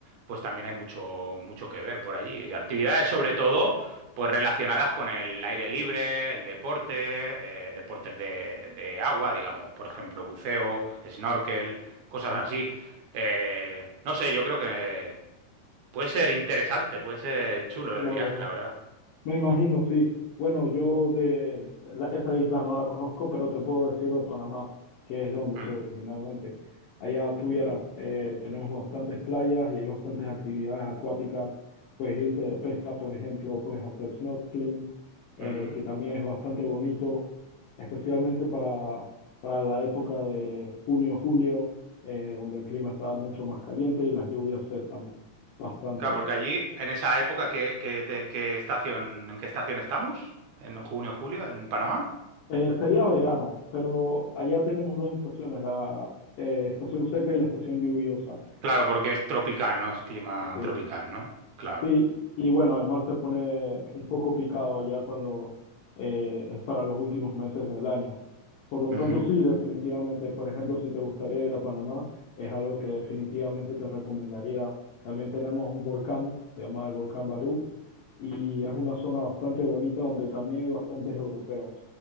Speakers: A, on the right; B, on the left.
A: pues también hay mucho, mucho que ver por allí. Actividades sobre todo pues relacionadas con el aire libre, el deporte, eh, deportes de, de, agua, digamos, por ejemplo, buceo, snorkel, cosas
B: Sí,
A: así. Eh, no sé, yo creo que puede ser interesante, puede ser chulo
B: ya
A: el viaje,
B: veo.
A: la verdad.
B: Me imagino, sí. Bueno, yo de la- esa isla no la conozco, pero te puedo decir de Panamá, que es de donde
A: Mm,
B: soy originalmente. Allá tuvieras, eh, tenemos bastantes playas y hay bastantes actividades acuáticas. Puedes irte de pesca, por ejemplo, puedes hacer snorkeling, eh,
A: mhm.
B: que también es bastante bonito, especialmente para, para la época de junio, julio, eh, donde el clima está mucho más caliente y las lluvias cesan bastante.
A: Claro, porque allí, en esa época, ¿qué, qué, te- qué estación, ¿en qué estación estamos? ¿En junio, julio, en Panamá?
B: Eh, sería verano, pero allá tenemos dos estaciones, la eh, estación seca y la estación lluviosa.
A: Claro, porque es tropical, no es clima
B: Sí.
A: tropical, ¿no? Claro.
B: Sí, y bueno, el mar se pone un poco picado ya cuando eh, es para los últimos meses del año. Por lo
A: Ujú,
B: tanto, sí, definitivamente, por ejemplo, si te gustaría ir a Panamá, es algo que definitivamente te recomendaría. También tenemos un volcán, se llama el volcán Barú, y es una zona bastante bonita donde también hay bastantes europeos.